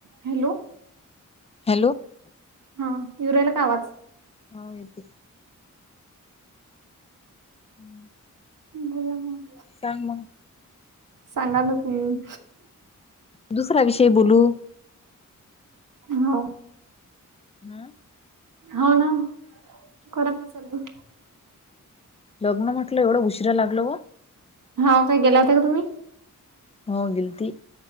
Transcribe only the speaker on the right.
Hello.
हा येऊ राहिला का आवाज?
बोला मग.
सांगा ना तुम्ही.
हो.
हो ना कराना चालू.
हाव काय गेला होता का तुम्ही?